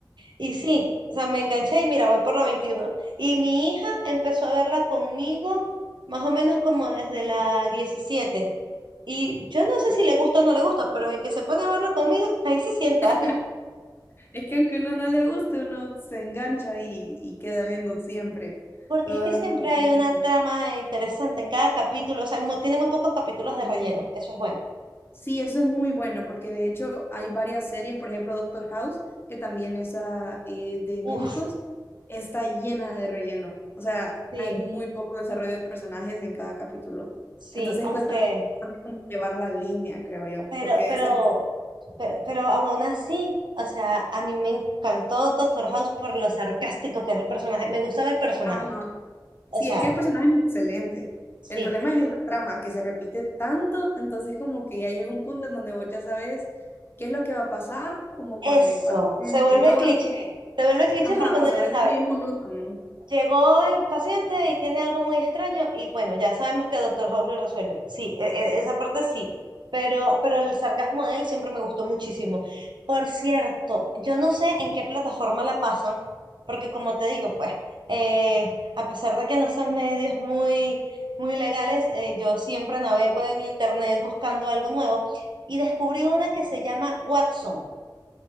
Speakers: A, on the right; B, on the left.
A: Y sí, o sea, me enganché y mira, voy por la veintiuno Y mi hija empezó a verla conmigo más o menos como desde la diecisiete Y yo no sé si le gusta o no le gusta, pero de que se pone a verla conmigo, <laughs> ahí se sienta.
B: <laughs> Es que aunque uno no le guste, uno se engancha y, y queda viendo siempre
A: Porque
B: todos
A: es que
B: los
A: siempre
B: capítulos.
A: hay una trama interesante en cada capítulo, o sea, mu- tiene muy pocos capítulos de
B: Sí.
A: relleno, eso es bueno.
B: Sí, eso es muy bueno, porque de hecho hay varias series, por ejemplo Doctor House, que también es ah, eh, de médicos,
A: Uf,
B: está llena de relleno. O sea,
A: sí,
B: hay muy poco desarrollo de personajes en cada capítulo.
A: sí,
B: Entonces
A: aunque,
B: cuesta bastante como llevar la línea, creo yo,
A: pero,
B: porque
A: pero,
B: esa...
A: pero, pero aún así, o sea, a mí me encantó Doctor House por lo sarcástico que era el personaje, me gustaba el personaje,
B: Ajá.
A: o
B: Sí,
A: sea,
B: es que el personaje es excelente.
A: sí,
B: El problema es la trama, que se repite tanto, entonces como que ya llega un punto en donde vos ya sabes qué es lo que va a pasar, como con
A: eso,
B: el paciente
A: se vuelve
B: y todo.
A: cliché, se vuelve cliché
B: Ajá,
A: porque uno
B: se
A: ya
B: vuelve
A: sabe,
B: bien monótono.
A: Llegó el paciente y tiene algo muy extraño y bueno, ya sabemos que Doctor House lo resuelve. Sí, e- e- esa parte sí, pero, pero el sarcasmo de él siempre me gustó muchísimo. Por cierto, yo no sé en qué plataforma la pasan, porque como te digo, pues, eh, a pesar de que no son medios muy, muy legales, eh, yo siempre navego en internet buscando algo nuevo y descubrí una que se llama Watson.